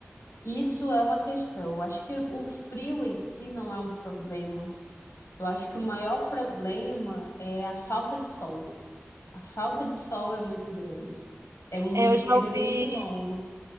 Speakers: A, on the left; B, on the right.
A: isso é uma questão. Acho que o frio em si não é um problema. Eu acho que o maior problema é a falta de sol. A falta de sol é muito grande. É um
B: É, eu
A: período
B: já ouvi
A: muito longo.